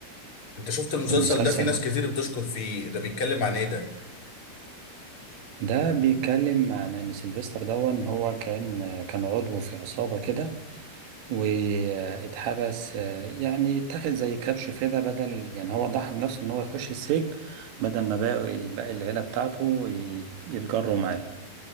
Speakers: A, on the left; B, on the right.
A: انت شفت المسلسل
B: المسلسل
A: ده في ناس كتير بتشكر فيه ده بيتكلم عن ايه ده
B: ده بيتكلم عن ان سيلفستر ده ان هو كان كان عضو في عصابة كده واتحبس يعني اتاخد زي كبش فدا بدل يعني هو ضحى بنفسه ان هو يخش السجن بدل ما باقي باقي العيلة بتاعته ي- يتجروا معاه